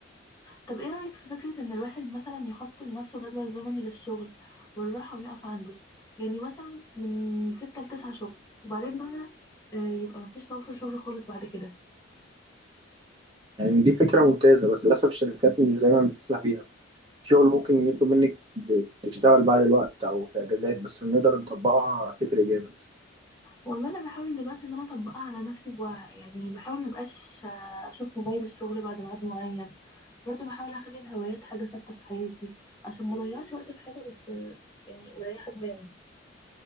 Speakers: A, on the left; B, on the right.
A: طب ايه رأيك في فكرة ان الواحد مثلا يحط لنفسه جدول زمني للشغل والراحة ويقف عنده يعني مثلا من ستة لتسعة شغل وبعدين بقى آه، يبقى مفيش تواصل شغل خالص بعد كده
B: يعني دي فكرة ممتازة بس للأسف الشركات مش دايما بتسمح بيها الشغل ممكن يطلب منك د- تشتغل بعد الوقت أو في أجازات بس لو نقدر نطبقها هتفرق جامد
A: والله انا بحاول دلوقتي ان انا اطبقها على نفسي بوعي يعني بحاول ما بقاش آه، اشوف موبايل الشغل بعد ميعاد معين برضه بحاول اخلي الهوايات حاجه ثابته في حياتي عشان ما اضيعش وقت في حاجه بس آه، يعني مريحه دماغي